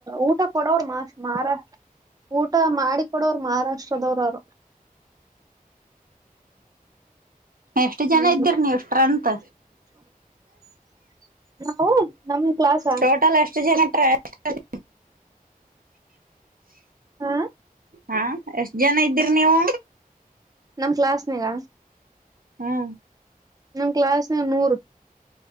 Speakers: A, on the right (about 25°); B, on the right (about 70°).
A: ಊಟ. ಕೊಡೋರು ಮಹ ಮಹಾರಾಷ್ಟ ಊಟ ಮಾಡಿ ಕೊಡೋರು ಮಹಾರಾಷ್ಟ್ರದವ್ರು
B: ಎಷ್ಟು
A: ಹ್ಮ್
B: ಜನ ಇದ್ದೀರಿ ನೀವು ಸ್ಟ್ರೆಂಗ್ತ್
A: ನಾವು ನಮ್ ಕ್ಲಾಸ್
B: ಟೋಟಲ್ ಎಷ್ಟ ಜನ ಟ್ರಾವೆಲ್
A: ಹಾ
B: ಹಾ ಎಷ್ಟ ಜನ ಇದ್ದೀರಿ ನೀವು
A: ನಮ ಕ್ಲಾಸ್ನಗ
B: ಹ್ಮ
A: ನಮ್ಮ ಕ್ಾಸ್ ನೂರು